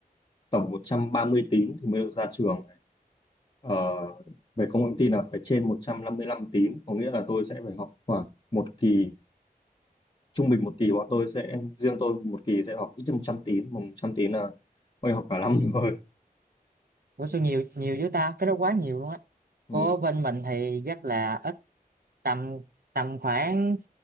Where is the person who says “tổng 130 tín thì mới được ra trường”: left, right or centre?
Left